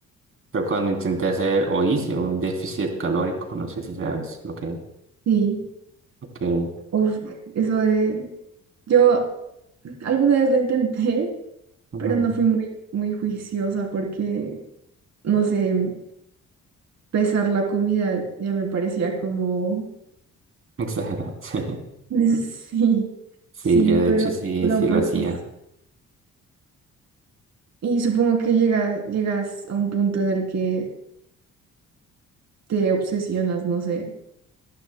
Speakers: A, on the right; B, on the right.
A: pero cuando intenté hacer o hice un déficit calórico, no sé si sabes lo que,
B: sí.
A: lo que,
B: Uf, eso de... Yo alguna vez lo intenté, <laughs>
A: ujú,
B: pero no fui muy, muy juiciosa porque, no sé, pesar la comida ya me parecía como
A: exagerado. <laughs>
B: <laughs> Sí,
A: Sí,
B: sí,
A: yo de
B: pero,
A: hecho sí,
B: pero
A: sí
B: pues
A: lo hacía.
B: es- y supongo que llegas, llegas a un punto en el que te obsesionas, no sé,